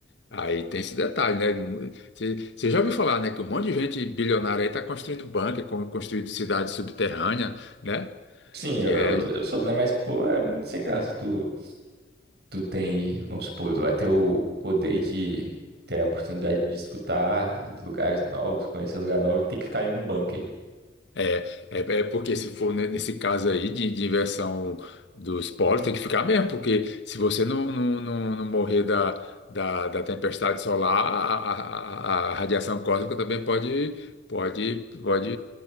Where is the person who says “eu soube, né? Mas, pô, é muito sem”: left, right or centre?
Right